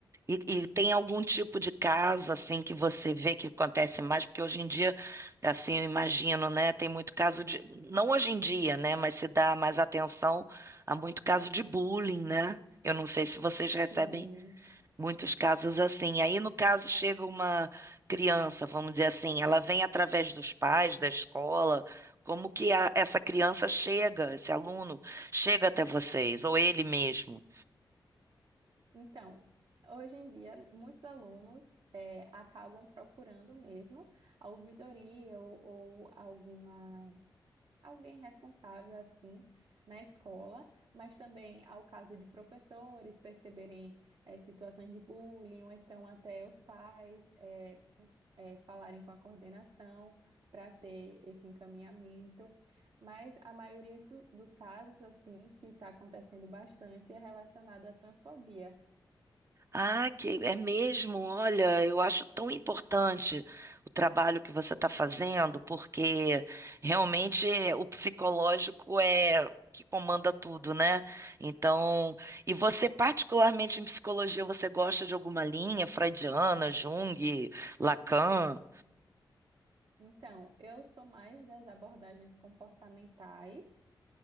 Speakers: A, on the right; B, on the right.
A: E, e tem algum tipo de caso assim que você vê que acontece mais? Porque hoje em dia, assim, eu imagino, né? Tem muito caso de, não hoje em dia, né? Mas se dá mais atenção a muito caso de bullying, né? Eu não sei se vocês recebem
B: Sim.
A: Muitos casos assim. Aí, no caso, chega uma criança, vamos dizer assim, ela vem através dos pais, da escola. Como que a- essa criança chega, esse aluno chega até vocês, ou ele mesmo?
B: Então, hoje em dia, muitos alunos. eh, acabam procurando mesmo a ouvidoria ou, ou alguma alguém responsável assim na escola, mas também ao caso de professores perceberem eh, situações de bullying, ou então até os pais eh, eh, falarem com a coordenação para ter esse encaminhamento. Mas a maioria do- dos casos assim que está acontecendo bastante é relacionado à transfobia.
A: Ah, que é mesmo, olha, eu acho tão importante o trabalho que você está fazendo, porque realmente é, o psicológico é o que comanda tudo, né? Então, e você, particularmente em psicologia, você gosta de alguma linha freudiana, Jung, Lacan?
B: Então, eu sou mais das abordagens comportamentais